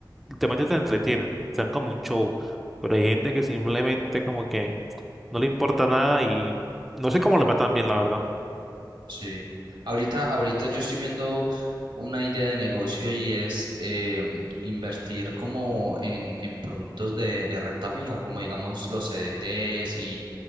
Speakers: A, in the centre; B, on the right.
A: literalmente te entretienen, sean como un show, pero hay gente que simplemente como que no le importa nada y no sé cómo les va tan bien, la verdad.
B: Sí. Ahorita, ahorita yo estoy viendo una idea de negocio y es eh, invertir como en, en productos de, de renta fija, como digamos los CDTs y,